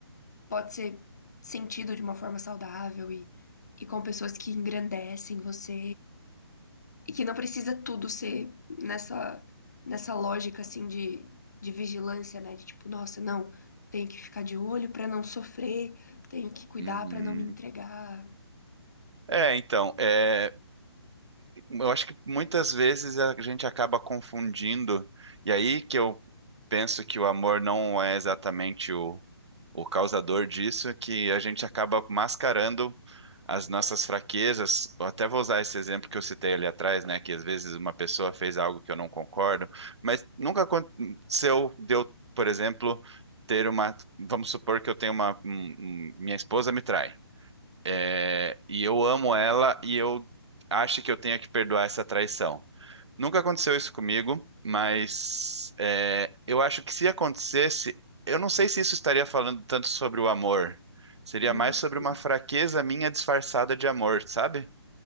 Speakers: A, on the left; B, on the right.
A: pode ser sentido de uma forma saudável e, e com pessoas que engrandecem você E que não precisa tudo ser nessa, nessa lógica assim de, de vigilância, né? De tipo, nossa, não, tenho que ficar de olho pra não sofrer, tenho que cuidar
B: Uhum.
A: pra não me entregar.
B: É, então, é. eu acho que muitas vezes a gente acaba confundindo, e aí que eu penso que o amor não é exatamente o, o causador disso, que a gente acaba mascarando as nossas fraquezas. Eu até vou usar esse exemplo que eu citei ali atrás, né? Que às vezes uma pessoa fez algo que eu não concordo, mas nunca aconteceu de eu, por exemplo, ter uma. Vamos supor que eu tenho uma. um- um- minha esposa me trai. É, e eu amo ela e eu acho que eu tenho que perdoar essa traição. Nunca aconteceu isso comigo, mas é, eu acho que se acontecesse, eu não sei se isso estaria falando tanto sobre o amor. Seria
A: Uhum.
B: mais sobre uma fraqueza minha disfarçada de amor, sabe?